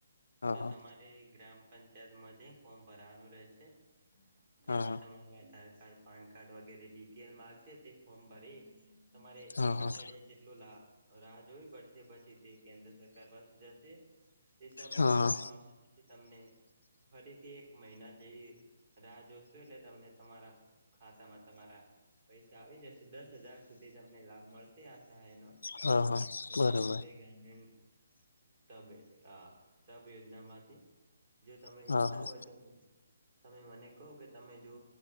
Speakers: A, on the left; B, on the right.
A: હા
B: તો તમારે ગ્રામ પંચાયતમાં જઈ ફોર્મ ભરવાનું રહેશે તેમાં
A: હા
B: તમારું આધાર કાર્ડ પાન કાર્ડ વગેરે ડિટેલ માંગશે ફોર્મ ભરી તમારે
A: હા
B: એક
A: હા હા
B: અઠવાડિયા જેટલું લાહ રાહ જોવી પડશે પછી તે કેન્દ્ર સરકાર પાસે જશે તે સબમિટ
A: હા
B: કરવામાં આવશે પછી તમને ફરીથી એક મહિના જેવી રાહ જોશું એટલે તમને તમારા ખાતામા તમારા પૈસા આવી જશે દસ હજાર સુધી તમને લાભ મળશે આ સહાય નો
A: હા હા
B: પ્રધામંત્રી
A: બરોબર
B: ગ્રામીણ તબે હા. તપયોજનામાંથી જો તમે
A: હા
B: ઈચ્છતા
A: હા
B: હોય તો તમે મને કહો કે તમે જો